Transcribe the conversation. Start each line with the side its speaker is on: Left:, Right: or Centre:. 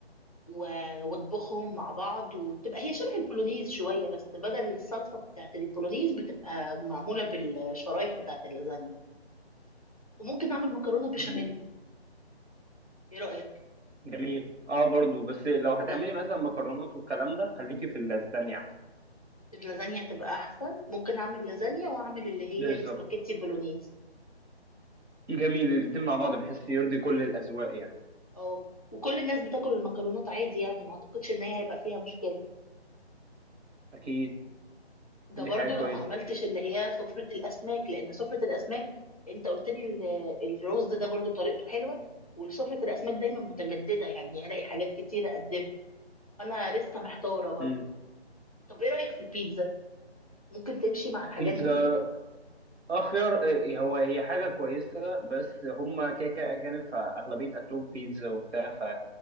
Left: و- واطبخهم مع بعض وبتبقى هي شبه البولونيز شويه بس بدل الصلصه بتاعت البولونيز بتبقى معموله بالشرايح بتاعت اللازانيا وممكن اعمل مكرونه بشاميل
Right: مم.
Left: ايه رايك
Right: جميل اه برضو بس لو هتعملي
Left: برضه
Right: مثلا مكرونات والكلام ده خليكي في اللازانيا احسن
Left: اللازانيا تبقى احسن ممكن اعمل لازانيا واعمل اللي هي
Right: بالظبط
Left: السباكيتي بولونيز
Right: جميل الاتنين مع بعض بحيث يرضي كل الاذواق يعني
Left: اه وكل الناس بتاكل المكرونات عادي يعني ما اعتقدش ان هي هيبقى فيها مشكله
Right: اكيد
Left: ده
Right: دي
Left: برضو
Right: حاجه كويسه
Left: لو ما عملتش اللي هي سفرة الأسماك لأن سفرة الأسماك أنت قلت لي ال- الرز ده برضو طريقته حلوة وسفرة الأسماك دايما متجددة يعني هلاقي حاجات كتير أقدمها فأنا لسه محتارة برضو
Right: مم.
Left: طب إيه رأيك في البيتزا؟ ممكن تمشي مع الحاجات
Right: بيتزا
Left: دي؟
Right: اخير آه، هو هي حاجه كويسه بس هم كيكه اجانب فاغلبيه اكلهم بيتزا وبتاع ف